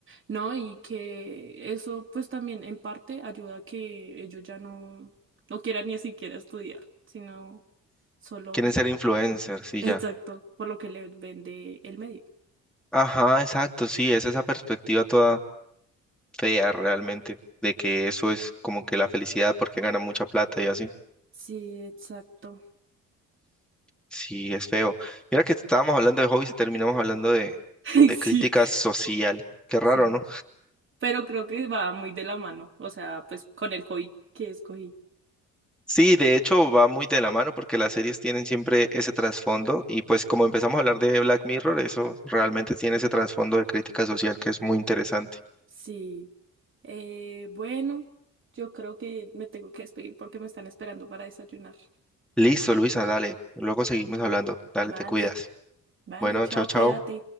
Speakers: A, on the right; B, in the centre.
A: ¿no? Y que eso pues también en parte ayuda a que ellos ya no, no quieran ni siquiera estudiar, sino solo,
B: Quieren ser influencers
A: <laughs>
B: y
A: exacto,
B: ya.
A: por lo que les vende el medio.
B: Ajá, exacto, sí, es esa perspectiva toda fea realmente, de que eso es como que la felicidad porque ganan mucha plata y así.
A: Sí, exacto.
B: Sí, es feo. Mira que estábamos hablando de hobbies y terminamos hablando de,
A: <laughs> Ay,
B: de
A: Sí,
B: crítica social. Qué raro,
A: sí.
B: ¿no?
A: Pero creo que va muy de la mano, o sea, pues con el hobby que escogí.
B: Sí, de hecho va muy de la mano porque las series tienen siempre ese trasfondo y pues como empezamos a hablar de Black Mirror, eso realmente tiene ese trasfondo de crítica social que es muy interesante.
A: Sí. Eh, bueno, yo creo que me tengo que despedir porque me están esperando para desayunar.
B: Listo, Luisa, dale. Luego seguimos hablando. Dale,
A: Vale,
B: te cuidas.
A: vale,
B: Bueno,
A: chao,
B: chao, chao.
A: cuídate.